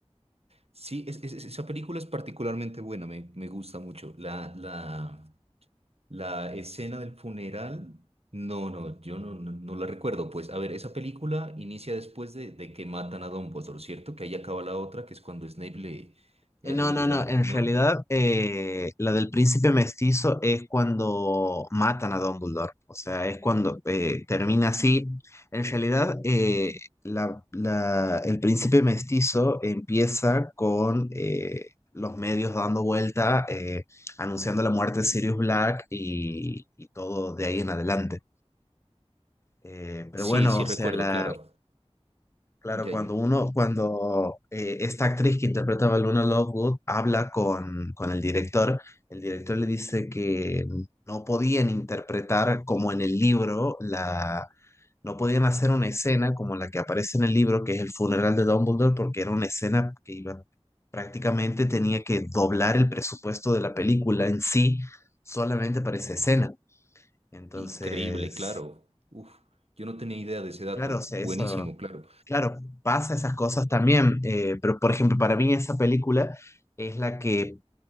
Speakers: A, on the right (about 65°); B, on the left (about 25°).
A: Sí, es- es- es- esa película es particularmente buena, me, me gusta mucho. La, la, La escena del funeral, no, no, yo no, no, no la recuerdo. Pues, a ver, esa película inicia después de, de que matan a Dumbledore, ¿cierto? Que ahí acaba la otra, que es cuando Snape le... la-
B: Eh, No,
A: lo-
B: no, no. En
A: ¿no?
B: realidad, eh, la del príncipe mestizo es cuando matan a Dumbledore. O sea, es cuando eh, termina así. En realidad, eh, la- la- el príncipe mestizo empieza con eh, los medios dando vuelta, eh, anunciando la muerte de Sirius Black y, y todo de ahí en adelante. Eh, pero
A: Sí,
B: bueno,
A: sí,
B: o
A: recuerdo,
B: sea, la
A: claro.
B: Claro,
A: Ya,
B: cuando
A: ya.
B: uno, cuando eh, esta actriz que interpretaba a Luna Lovegood habla con, con el director, el director le dice que no podían interpretar como en el libro, la, no podían hacer una escena como la que aparece en el libro, que es el funeral de Dumbledore, porque era una escena que iba, prácticamente tenía que doblar el presupuesto de la película en sí solamente para esa escena. Entonces,
A: Increíble, claro. Uf, yo no tenía idea de ese dato.
B: claro, o sea,
A: Buenísimo,
B: eso.
A: claro.
B: Claro, pasa esas cosas también, eh, pero por ejemplo, para mí esa película es la que